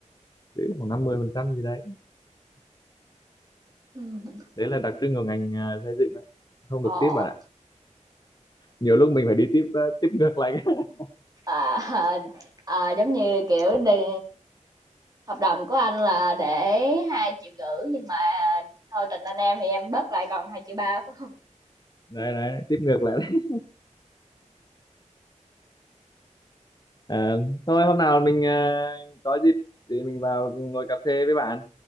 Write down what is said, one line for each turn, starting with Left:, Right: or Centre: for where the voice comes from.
Left: giữ khoảng năm mươi phần trăm gì đấy
Right: ừm,
Left: đấy là đặc trưng của ngành ờ, xây dựng đấy không
Right: ờ,
Left: được tip bạn ạ nhiều lúc mình phải đi tiếp tiếp ngược lại <laughs>
Right: à, <laughs> à, à, giống như, kiểu, đi hợp đồng của anh là để hai triệu rưỡi nhưng mà thôi tình anh em thì em bớt lại còn hai triệu ba phải hông?
Left: đấy đấy tiếp ngược lại đấy. Ờ, thôi hôm nào mình ờ, có dịp thì mình vào ngồi cà phê với bạn